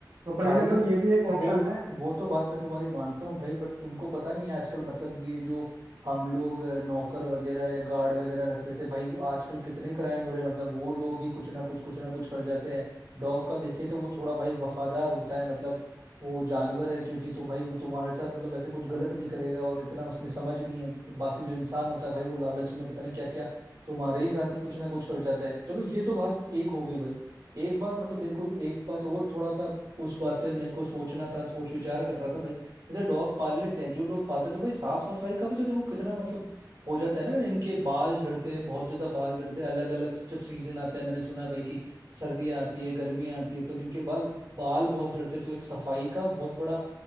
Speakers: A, on the right; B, on the right.
A: तो कहीं
B: भाई
A: ना कहीं ये भी एक ऑप्शन
B: वो
A: है
B: वो तो बात मैं तुम्हारी मानता हूँ भाई बट तुमको पता नहीं है आजकल मतलब ये जो हम लोग अ, नौकर वगैरह या गार्ड वगैरह रख लेते हैं भाई आजकल कितने क्राइम हो रहे हैं मतलब वो लोग ही कुछ ना कुछ कुछ ना कुछ कर जाते हैं डॉग का देखे तो वो थोड़ा भाई वफादार होता है मतलब वो जानवर है क्योंकि तो भाई वो तुम्हारे साथ मतलब ऐसे कुछ गलत नहीं करेगा और इतना उसमें समझ नहीं है बाकी जो इंसान होता है भाई वो लालच में पता नहीं क्या क्या तुम्हारे ही साथ ही कुछ ना कुछ कर जाता है चलो ये तो बात एक हो गई भाई एक बात मतलब मेरे को एक बात और थोड़ा सा उस बात पे मेरे को सोचना था सोच विचार कर रहा था भाई जैसे डॉग पाल लेते हैं जो लोग पालते हैं तो भाई साफ सफाई का भी तो देखो कितना मतलब हो जाता है ना इनके बाल झड़ते हैं बहुत ज्यादा बाल झड़ते हैं अलग अलग जब सीजन आता है मैंने सुना है भाई कि सर्दियाँ आती है गर्मियाँ आती है तब इनके बाल बाल बहुत झड़ते हैं तो एक सफाई का बहुत बड़ा